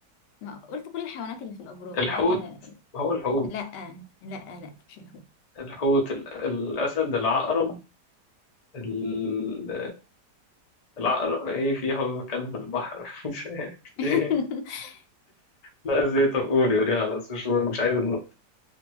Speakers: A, on the left (about 85°); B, on the left (about 40°).
A: ما قلت كل الحيوانات اللي في الابراج
B: الحوت
A: ما عدا
B: هو الحوت
A: لا لا لا مش هو
B: الحوت ال- الأسد العقرب ال- العقرب ايه في هو كلب البحر <laughs> مش عارف
A: <laughs>
B: ايه لا زيت قولي قولي خلاص مش مش عايز النقطة